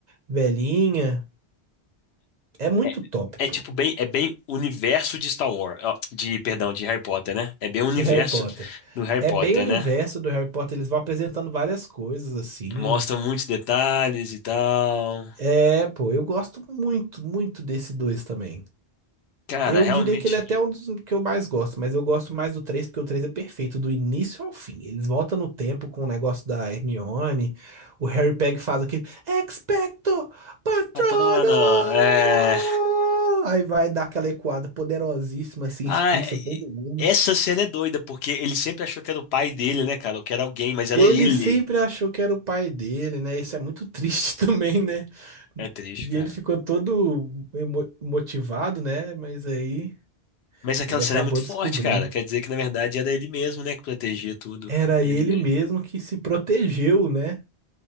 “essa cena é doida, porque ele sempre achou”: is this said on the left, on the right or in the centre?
Left